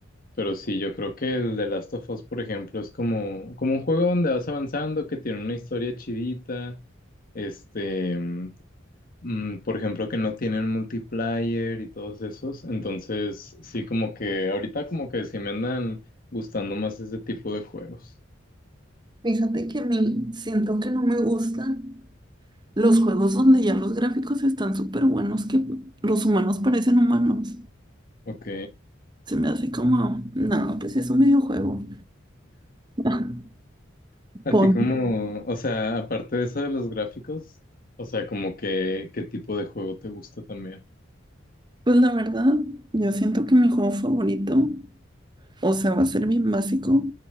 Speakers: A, on the left (about 45°); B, on the right (about 20°).
A: pero sí, yo creo que el de Last of Us, por ejemplo, es como, como un juego donde vas avanzando, que tiene una historia chidita, este, mm, por ejemplo, que no tienen multiplayer y todos esos. Entonces, sí, como que ahorita como que sí me andan gustando más ese tipo de juegos.
B: Fíjate que a mí siento que no me gustan los juegos donde ya los gráficos están súper buenos, que los humanos parecen humanos.
A: Ok.
B: Se me hace como, no, pues es un videojuego. <laughs>
A: A
B: Pon,
A: ti como, o sea, aparte de eso de los gráficos, o sea, como que, ¿qué tipo de juego te gusta también?
B: pues la verdad, yo siento que mi juego favorito, o sea, va a ser bien básico,